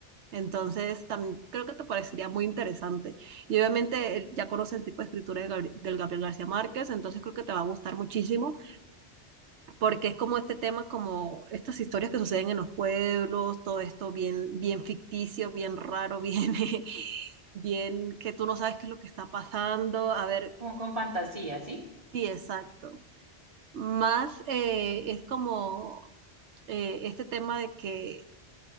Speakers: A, on the right; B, on the right.
A: Entonces también creo que te parecería muy interesante. Y obviamente eh, ya conoces el tipo de escritura de Gabri- del Gabriel García Márquez, entonces creo que te va a gustar muchísimo porque es como este tema, como estas historias que suceden en los pueblos, todo esto bien, bien ficticio, bien raro, bien, <laughs> bien que tú no sabes qué es lo que está pasando. A ver,
B: como con fantasía, ¿sí?
A: sí, exacto. Más eh, es como eh, este tema de que